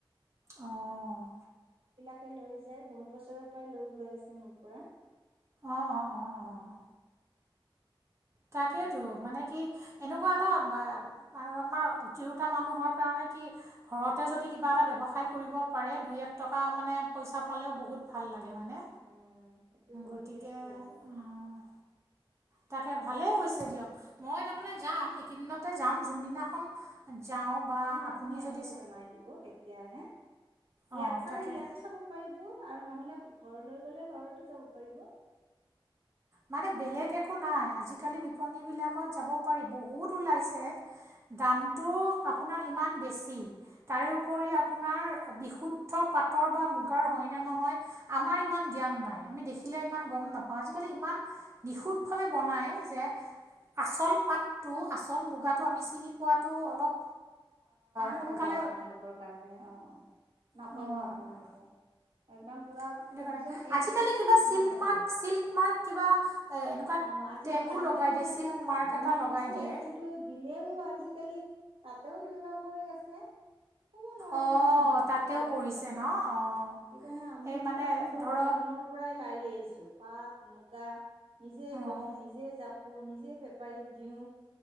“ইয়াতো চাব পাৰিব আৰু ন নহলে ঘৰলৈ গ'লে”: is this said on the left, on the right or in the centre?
Right